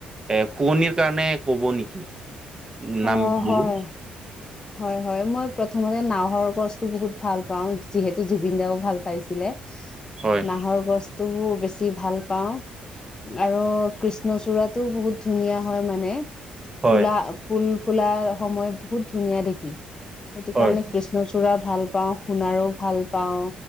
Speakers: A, on the right; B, on the left.
A: এ শুৱনিৰ কাৰণে কব নেকি নাম
B: অ
A: বোহো।
B: হয় হয় হয় মই প্ৰথমতে নাহৰ গছতটো বহুত ভাল পাও যিহেতু জুবিন দাও ভাল পাইছিলে।
A: হয়।
B: নাহৰ বস্তুও বেছি ভাল। পাওঁ আৰু কৃষ্ণচূড়াতটো বহুত ধুনীয়া হয় মানে।
A: হয়,
B: ফুলা ফুল। ফুলা সময়ত বহুত ধুনীয়া দেখি সেইটো
A: হয়,
B: কাৰণে কৃষ্ণচূড়া। ভাল পাওঁ শুনাৰো ভাল পাওঁ